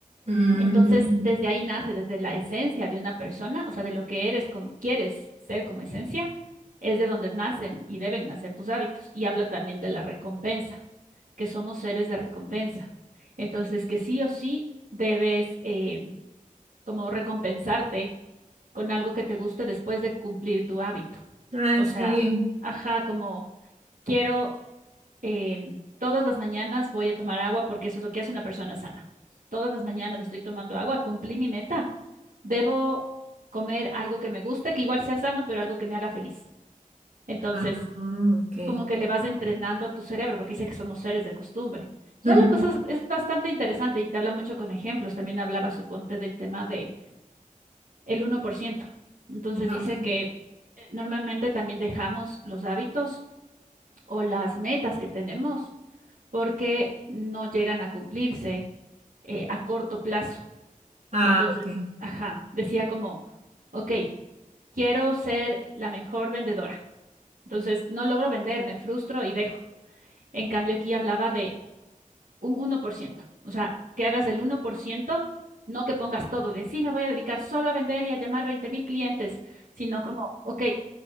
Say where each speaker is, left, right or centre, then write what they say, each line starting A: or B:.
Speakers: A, on the right; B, on the right.
A: Mm.
B: Entonces, desde ahí nace, desde la esencia de una persona, o sea, de lo que eres, como quieres ser como esencia, es de donde nacen y deben nacer tus hábitos. Y habla también de la recompensa, que somos seres de recompensa. Entonces, que sí o sí debes eh, como recompensarte con algo que te guste después de cumplir tu hábito.
A: Ah,
B: O
A: ¿en
B: sea,
A: serio?
B: ajá, como quiero em, todas las mañanas voy a tomar agua porque eso es lo que hace una persona sana. Todas las mañanas estoy tomando agua, cumplí mi meta. Debo comer algo que me guste, que igual sea sano, pero algo que me haga feliz. Entonces,
A: Ah, ok.
B: como que le vas entrenando a tu cerebro, porque dice que somos seres de costumbre. Entonces,
A: Ujú.
B: habla cosas, es bastante interesante y te habla mucho con ejemplos. También hablaba, suponte, del tema de el uno por ciento. Entonces,
A: Ok.
B: dice que eh, normalmente también dejamos los hábitos o las metas que tenemos porque no llegan a cumplirse eh, a corto plazo.
A: Ah,
B: Entonces,
A: ok.
B: ajá, decía como, ok, quiero ser la mejor vendedora. Entonces, no logro vender, me frustro y dejo. En cambio, aquí hablaba de un 1%, o sea, que hagas el 1%, no que pongas todo de sí, me voy a dedicar solo a vender y a llamar 20 mil clientes, sino como, ok,